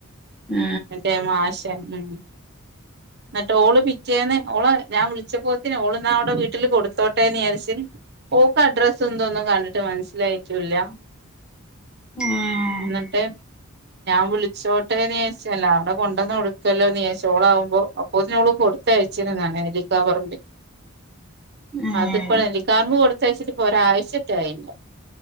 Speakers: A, in the centre; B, on the right (about 50°).
A: ഉം
B: മറ്റേ മാഷെ ഉം എന്നട്ട് ഓള് പിറ്റേന്ന് ഓള ഞാൻ വിളിച്ചപ്പോത്തിന് ഓള് ന്നാ അവടെ വീട്ടില് കൊടുത്തോട്ടേന്നിയാരിച്ച് ഓക്കഡ്രസ്സും ന്തൊന്നും കണ്ടട്ട് മനസ്സിലായിട്ടൂല്ല
A: ഏഹ്
B: ന്നട്ട് ഞാൻ വിളിച്ചോട്ടേന്നിയാച്ചല്ല അവടെ കൊണ്ടന്ന് കൊടുക്കല്ലോന്നിയാച്ചോളാവുമ്പോ അപ്പോത്തിനോള് കൊടുത്തയച്ചിനന്നറഞ്ഞ് ഹെലികോപ്പറിന്റെ
A: ഏഹ്
B: അതിപ്പ നെല്ലിക്കാമ്പ് കൊടുത്തയച്ചിട്ടിപ്പൊ ഒരാഴ്ച ചായിപ്പൊ